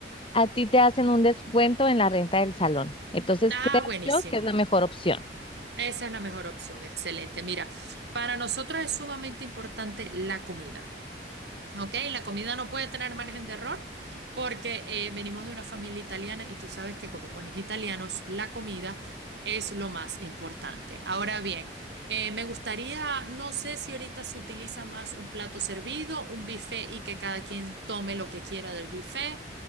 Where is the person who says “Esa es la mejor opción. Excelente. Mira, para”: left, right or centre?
Right